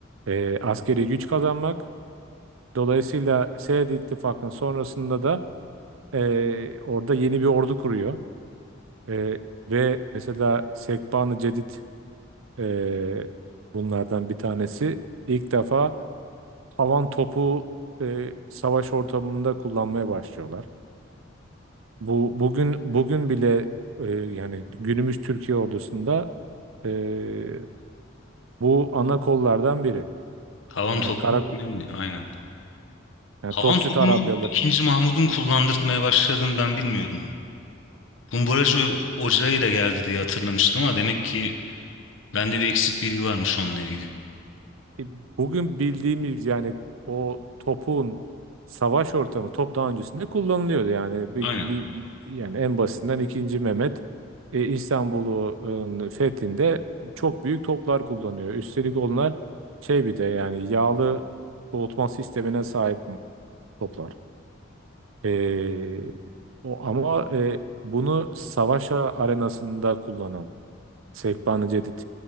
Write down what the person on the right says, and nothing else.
e, askeri güç kazanmak. Dolayısıyla Senedi ittifakın sonrasında da e, orada yeni bir ordu kuruyor. E, ve mesela Sekban-ı Cedid Ee, bunlardan bir tanesi ilk defa havan topu e, savaş ortamında kullanmaya başlıyorlar. Bu bugün bugün bile e, yani günümüz Türkiye ordusunda e, bu ana kollardan biri.
Yani
kara
yani
topçu
tarabyaları
E, Bugün bildiğimiz yani o topun savaş ortamı top daha öncesinde kullanılıyordu yani bir,
bir- yani en basitinden ikinci Mehmet e, İstanbul'un fethinde çok büyük toplar kullanıyor. Üstelik onlar şey bir de yani yağlı soğutma sistemine sahip toplar. E, o ama e, bunu savaş arenasında kullanan Sekban-ı Cedid